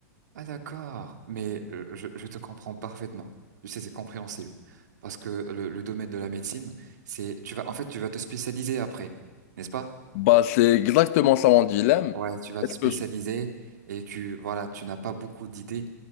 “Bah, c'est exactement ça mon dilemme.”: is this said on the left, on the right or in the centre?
Left